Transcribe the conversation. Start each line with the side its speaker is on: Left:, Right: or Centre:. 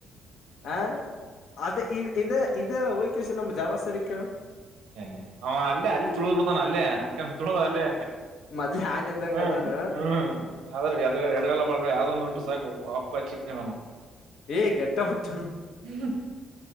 Left: ಹ ಅದ ಇ ಇದ ಇದು ನಮ್ಮ ಜಾವ ಸರಿ ಕೇಳು
Right: ಹ ಅವನ ಅಲ್ಲೇ ಅಲ್ಲಿ ತುಳುದ್ ಬಿಡ್ತಾನ ಅಲ್ಲೇ ಅಕತುಳ ಅಲ್ಲೇ
Left: ಮೊದ್ಲೆ ಆನ್ ಇದ್ದಂಗ
Right: ಹ್ಮ್
Left: ಅದಾನ
Right: ಹ್ಮ್ ಆದ್ರ ಎ ಎಡಗಲ ಳ ಯಾವದ ಒಂದು ಸಾಕು ಪ ಚಕ್ಕಣ <unintelligible>
Left: ಏ ಗೆಟ್ ಔಟ್
Right: ಹ್ಮ್